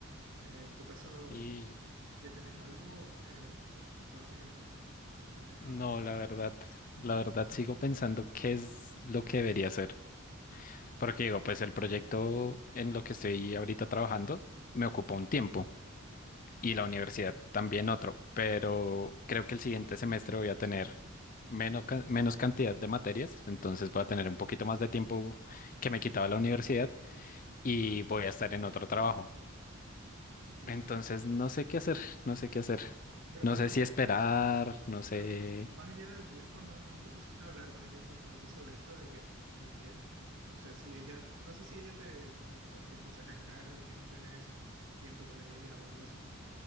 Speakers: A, on the right; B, on the left.
A: En tu caso,
B: Y
A: ¿ya tenés algo en- o todavía no, no tenés
B: no,
A: nada muy claro?
B: la verdad, la verdad sigo pensando qué es lo que debería hacer. Porque digo, pues el proyecto en lo que estoy ahorita trabajando me ocupa
A: Ujú.
B: un tiempo. y la universidad también otro, pero creo que el siguiente semestre voy a tener menos, ca- menos cantidad de materias, entonces voy a tener un poquito más de tiempo que me quitaba la universidad y voy a estar en otro trabajo.
A: Ok.
B: Entonces no sé qué hacer, no sé qué hacer.
A: Pero
B: No
A: más
B: sé
A: allá,
B: si esperar, no sé.
A: pero m- más allá del tiempo, ¿no, no te pusiste a hablar con ella justamente sobre esto de que tienen que, no sé si ella, no sé si ella te, tipo, como que te saca en cara de que no tenés tiempo con ella o algo así?